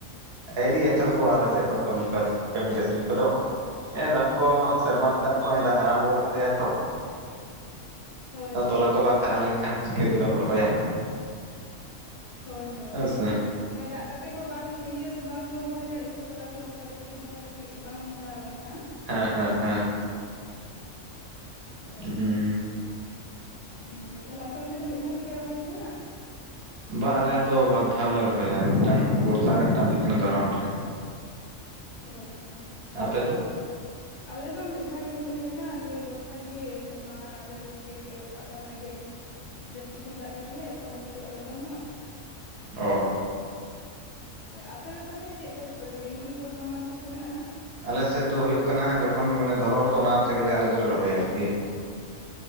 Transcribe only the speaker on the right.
ᱮᱨᱤ ᱮᱛᱚᱦᱚᱵᱣᱟ ᱟᱠᱮᱥᱮ ᱦᱚᱸ ᱠᱟᱹᱢᱤ ᱠᱟᱹᱢᱤ ᱠᱟᱹᱥᱱᱤ ᱠᱚᱫᱚ ᱦᱮᱸ ᱫᱟᱜ ᱠᱚ
ᱥᱮᱨᱢᱟ ᱫᱟᱜ ᱠᱚ ᱮ ᱟᱨᱟᱢᱵᱚ ᱟᱠᱟᱫ ᱞᱮᱼᱟᱭ ᱛᱚ᱾
ᱛᱚᱞᱟ ᱠᱚ ᱵᱟᱝ ᱦᱟᱨᱟ ᱞᱮᱱᱠᱷᱟᱱ ᱪᱤᱠᱟᱹ ᱛᱮᱫᱚᱢ ᱨᱚᱦᱚᱭᱟ᱾
ᱦᱮᱸ ᱥᱮ
ᱦᱮᱸ ᱦᱮᱸᱦᱮᱸ᱾
ᱦᱩᱸ
ᱵᱟ ᱟᱞᱮ ᱫᱚ ᱵᱟᱨ ᱫᱷᱟᱣ ᱞᱮ ᱨᱚᱦᱚᱭᱟ ᱢᱤᱫᱴᱟᱝ ᱵᱚᱨᱥᱟ ᱨᱮ ᱢᱤᱫᱴᱟᱝ ᱫᱚ ᱦᱩᱭᱩᱜ ᱠᱟᱱᱟ ᱫᱷᱚᱨᱚᱱ ᱨᱮ᱾
ᱟᱯᱮ ᱫᱚ?
ᱚᱻ
ᱟᱞᱮ ᱥᱮᱫ ᱫᱚ ᱦᱩᱭᱩᱜ ᱠᱟᱱᱟ ᱡᱚᱠᱷᱚᱱ ᱢᱟᱱᱮ ᱫᱷᱚᱨᱚᱱ ᱨᱮᱫᱚ ᱚᱱᱟ ᱛᱮᱜᱮᱞᱮ ᱟᱞᱮ ᱫᱚᱞᱮ ᱨᱚᱦᱚᱭᱟ ᱟᱨᱠᱤ᱾